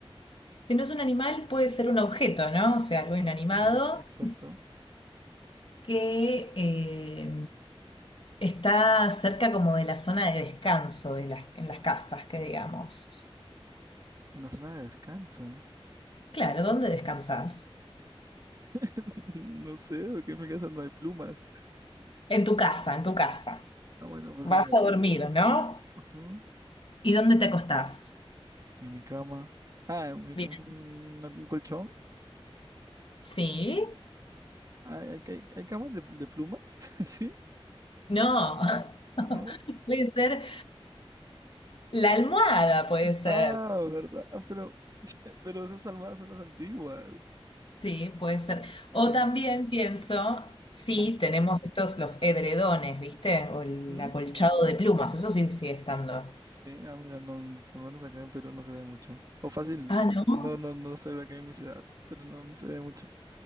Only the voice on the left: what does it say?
Si no es un animal, puede ser un objeto, ¿no? O sea, algo
inanimado
que eh, está cerca como de la zona de descanso de las, en las casas, que digamos.
Claro, ¿dónde descansas?
En tu casa, en tu casa.
Vas
a
dormir,
¿no?
¿Y dónde te acostás?
Bien.
¿Sí?
No. <laughs>
Puede ser la almohada, puede ser.
Sí, puede ser. O
también pienso, sí,
tenemos estos, los edredones, ¿viste? O el
acolchado de plumas, eso sí sigue estando.
Ah, ¿no?